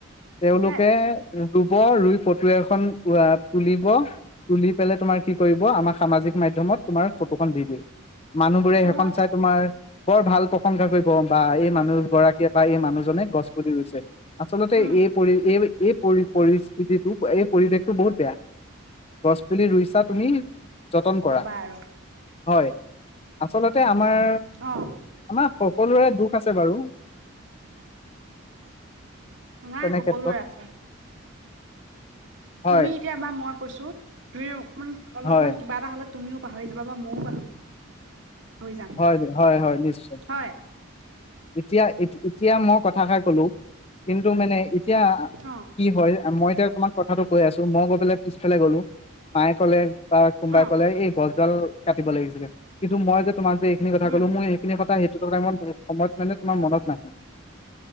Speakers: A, on the left; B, on the right.
A: তেওঁলোকে
B: এতিয়া
A: ৰুই ফটুৱা এখন তুলিব তুলি পেলাই তোমাৰ কি কৰিব আমাৰ সামাজিক মাধ্যয়মত তোমাৰ ফটোখন দি দিম মানুহবোৰে
B: সেইটো
A: সেইখন
B: হয়
A: চাই তোমাৰ বৰ ভাল প্ৰশংসা কৰিব বা এই মানুহ গৰাকীয়ে বা এই মানুহজনে গছপুলি ৰুইছে আচলতে
B: উম
A: এই পৰি এই এই পৰি পৰিস্থিতিটো এই পৰিৱেশটো বহুত বেয়া গছপুলি ৰুইছা তুমি যতন
B: কি
A: কৰা
B: কবা আৰু
A: হয় আচলতে আমাৰ
B: অ
A: আমাৰ সকলোৰে দুখ আছে বাৰু
B: নাই
A: তেনে
B: সকলোৰে
A: ক্ষেত্ৰত
B: আছে তুমি
A: হয়
B: এতিয়া বা মউ কৈছো দুয়ো অলপমান
A: হয়
B: কিবা এটা হ'লে তুমিও পাহৰি যাবা বা ময়ো পাহৰি যাম
A: হয় হয় হয় নিশ্চয়
B: হয়
A: এতিয়া এতিয়া মই কথাষাৰ ক'লো কিন্তু মানে এতিয়া
B: অ
A: কি হয় মই এতিয়া তোমাক কথাটো কৈ আছো মই গৈ পেলাই পিছফেলে গলো মায়ে কলে বা কোনোবাই
B: অ
A: ক'লে এই ডাল কাটিব লাগিছিলে কিন্তু মই <unintelligible> তোমাক যে এইখিনি কথা
B: উম
A: কলো মই এইখিনি কথা <unintelligible> সময় মানে তোমাৰ মনত নাহে